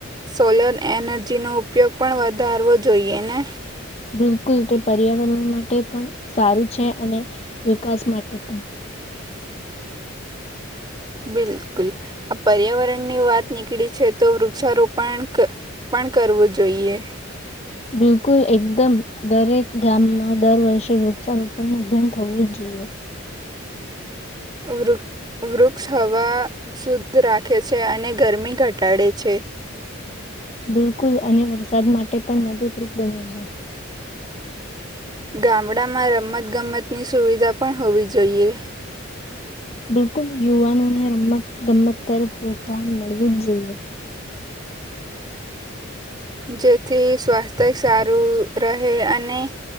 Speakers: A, on the right (about 20°); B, on the left (about 30°).
A: સોલર એનર્જીનોો ઉપયોગ પણ વધારવો જોઈએ ને
B: બિલકુલ તે પર્યાવરણ માટે પણ સારું છે અને વિકાસ માટે પણ
A: બિલકુલ આ પર્યાવરણ ની વાત નીકળી છે તો વૃક્ષારોપણ પણ કરવું જોઈએ
B: બિલકુલ એકદમ દરેક ગામમાં દર વર્ષે વૃક્ષારોપણનુંભેન થવું જ જોઈએ
A: વૃક્ષ હવા શુદ્ધ રાખે છે અને ગરમી ઘટાડે છે
B: બિલકુલ અને વરસાદ માટે પણ મદદરૂપ બને છે
A: ગામડામાં રમતગમતની સુવિધા પણ હોવી જોઈએ
B: બિલકુલ યુવાનોને રમત ગમત તરફ પ્રોત્સાહન મળવું જ જોઈએ
A: જેથી સ્વાસ્થ્ય સારું રહે અને